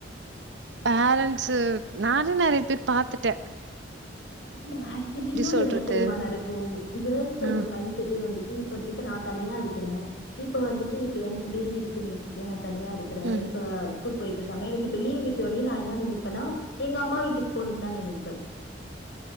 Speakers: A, on the right; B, on the left.
A: பேரன்ஸ்சு நானு நறைய பேர் பாத்துட்ட
B: ஆமா ஆக்சுவலி இன்னொன்னு
A: சொல்றது?
B: என்ன தெரியுமா நடக்கு கேர்ள்ஸோட
A: ம்.
B: மைண்ட் செட்டு வந்துட்டு இப்ப இப்ப நா தனியா இருக்கறே இப்ப வந்துட்டு இப்ப எனக்கு பேபி இருக்குன்னு வச் சிக்கய நா தனியா இருக்கிற
A: ம்.
B: எனக்கு ஸ்கூல் போயிட்டு இருக்காங்க எனக்கு இப்ப லீவ் விட்டோனே நா என்ன நெனைப்பனா எங்க அம்மா வீட்டு போணுனுதா நெனைப்பே